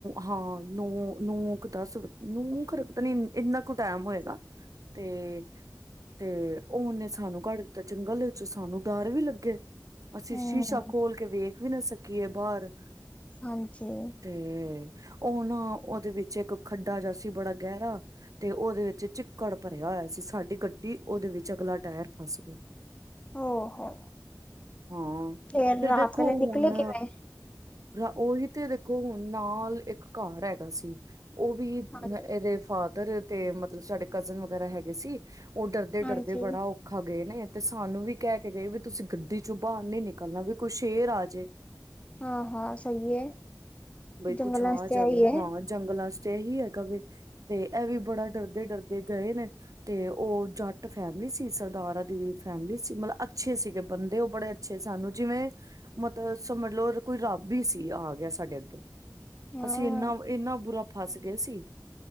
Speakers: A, on the right; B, on the left.
A: ਹਾਂ ਨੌ, ਨੌ ਕ ਦੱਸ, ਨੌ ਖਰੇ ਪਤਾ ਨੀ ਇੰਨਾ ਕੁ ਟਾਈਮ ਹੋਏਗਾ।
B: <unintelligible>
A: ਤੇ, ਤੇ ਉਹਨੇ ਸਾਨੂੰ ਕੱਢ ਦਿੱਤਾ, ਜੰਗਲ ਦੇ ਵਿੱਚ, ਸਾਨੂੰ ਡਰ ਵੀ ਲੱਗੇ। ਅਸੀਂ,
B: ਹੂੰ
A: ਸ਼ੀਸ਼ਾ ਖੋਲ ਕੇ ਵੇਖ ਵੀ ਨਾ ਸਕੀਏ ਬਾਹਰ।
B: ਹਾਂਜੀ।
A: ਤੇ, ਉਹ ਨਾ, ਉਹਦੇ ਵਿੱਚ ਇੱਕ ਖੱਡਾ ਜਿਹਾ ਸੀ, ਬੜਾ ਗਹਿਰਾ ਤੇ, ਉਹਦੇ ਵਿੱਚ ਚਿੱਕੜ ਭਰਿਆ ਹੋਇਆ ਸੀ, ਸਾਡੀ ਗੱਡੀ ਉਹਦੇ ਵਿੱਚ, ਅਗਲਾ ਟਾਇਰ ਫੱਸ ਗਿਆ।
B: ਉਹ ਹੋ,
A: ਹਾਂ
B: ਫੇਰ
A: ਫਿਰ
B: ਰਾਤ
A: ਦੇਖੋ
B: ਵੇਲੇ
A: ਹੁਣ
B: ਨਿਕਲੇ ਕਿਵੇਂ?
A: ਉਹੀ ਤੇ ਦੇਖੋ, ਹੁਣ ਨਾਲ ਇੱਕ ਘਰ ਹੈਗਾ ਸੀ। ਉਹ ਵੀ,
B: ਹਾਂਜੀ
A: ਇਹਦੇ ਫਾਦਰ ਤੇ ਮਤਲਬ ਸਾਡੇ ਕਜ਼ਨ ਵਗੈਰਾ ਹੈਗੇ ਸੀ। ਉਹ ਡਰਦੇ-
B: ਹਾਂਜੀ
A: ਡਰਦੇ, ਬੜਾ ਔਖਾ ਗਏ ਨੇ, ਤੇ ਸਾਨੂੰ ਵੀ ਕਹਿ ਕੇ ਗਏ ਵੀ, ਤੁਸੀਂ ਗੱਡੀ ਚੌ, ਬਾਹਰ ਨਹੀਂ ਨਿਕਲਣਾ, ਵੀ ਕੋਈ ਸ਼ੇਰ ਆ ਜੇ
B: ਹਾਂ- ਹਾਂ ਸਹੀ ਹੈ,
A: ਬਈ
B: ਜੰਗਲਾਂ
A: ਕੁਛ ਆ
B: ਚ ਤੇ
A: ਜਾਵੇ
B: ਇਹ ਹੀ ਹੈ।
A: ਹਾਂ ਜੰਗਲਾਂ ਚ ਤੇ ਇਹੀ ਹੈਗਾ ਵੇ, ਤੇ ਇਹ ਵੀ ਬੜਾ ਡਰਦੇ- ਡਰਦੇ ਗਏ ਨੇ। ਤੇ ਉਹ ਜੱਟ ਫੈਮਿਲੀ ਸੀ, ਸਰਦਾਰਾਂ ਦੀ ਫੈਮਿਲੀ ਸੀ, ਮਤਲਬ ਅੱਛੇ ਸੀ ਗੇ ਬੰਦੇ ਉਹ ਬੜੇ ਅੱਛੇ, ਸਾਨੂੰ ਜਿਵੇਂ ਮਤਲਬ ਸਮਝ ਲਉ ਕੋਈ ਰੱਬ ਹੀ ਸੀ, ਆ ਗਿਆ ਸਾਡੇ ਅੱਗੇ।
B: ਹਾਂ
A: ਅਸੀਂ ਇੰਨਾ, ਇੰਨਾ ਬੁਰਾ ਫਸ ਗਏ ਸੀ।